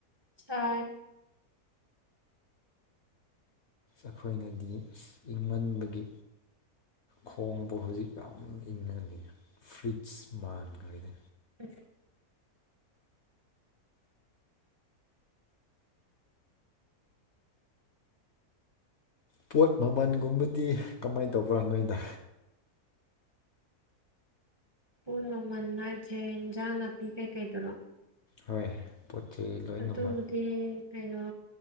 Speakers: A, on the right; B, on the left.
A: ꯆ
B: ꯑꯩꯈꯣꯏꯅꯗꯤ ꯏꯪꯃꯟꯕꯒꯤ ꯈꯣꯡꯕꯨ ꯍꯧꯖꯤꯛ ꯌꯥꯝ ꯏꯪꯍꯜꯂꯤ ꯐ꯭ꯔꯤꯁ ꯃꯥꯟꯈꯔꯤꯗ
A: ꯎꯝ
B: ꯄꯣꯠ ꯃꯃꯜꯒꯨꯝꯕꯗꯤ ꯀꯃꯥꯏꯅ ꯇꯧꯕ꯭ꯔꯥ ꯅꯣꯏꯗ
A: ꯄꯨ ꯃꯃꯜ ꯅꯥꯏꯖꯦꯟꯖꯥꯡ ꯅꯥꯄꯤ ꯀꯩꯀꯩꯗꯔꯣ
B: ꯍꯣꯏ ꯆꯩ ꯂꯣꯏꯅꯃꯛ
A: ꯑꯗꯨ ꯃꯗꯤ ꯀꯩꯅꯣ